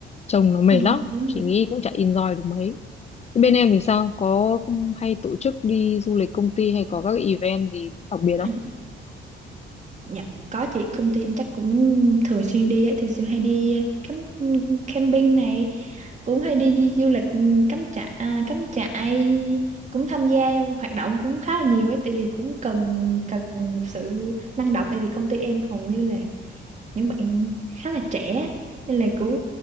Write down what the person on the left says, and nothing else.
chồng nó mệt
lắm
chị nghĩ cũng chả enjoy được mấy Thế bên em thì sao có hay tổ chức đi du lịch công ty hay có các event gì đặc biệt
không